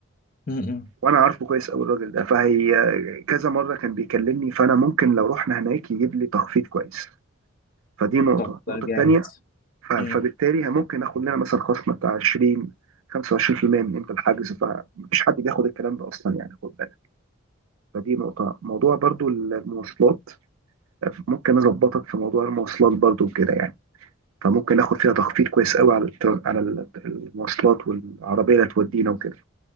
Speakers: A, on the left; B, on the right.
A: مم. مم.
B: وانا عارفه كويس قوي الراجل ده فهي كذا مره كان بيكلمني فانا ممكن لو رحنا هناك يجيب لي تخفيض كويس فدي نقطه
A: طب
B: النقطه
A: ده
B: الثانيه
A: جامد مم.
B: فبالتالي ممكن اخد لنا مثلا خصم بتاع 20 25% من قيمه الحجز فمفيش حد بياخد الكلام ده اصلا يعني خد بالك فدي نقطه موضوع برضو المواصلات ممكن اظبطك في موضوع المواصلات برضو كده يعني فممكن اخد فيها تخفيض كويس قوي على الترا- على ال- المواصلات والعربيه اللي تودينا وكده